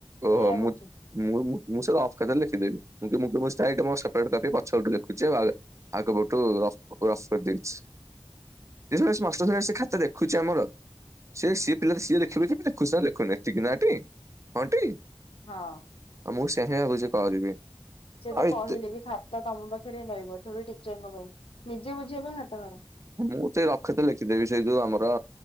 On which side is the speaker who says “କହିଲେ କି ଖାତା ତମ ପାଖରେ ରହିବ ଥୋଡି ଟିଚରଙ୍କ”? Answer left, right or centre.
Left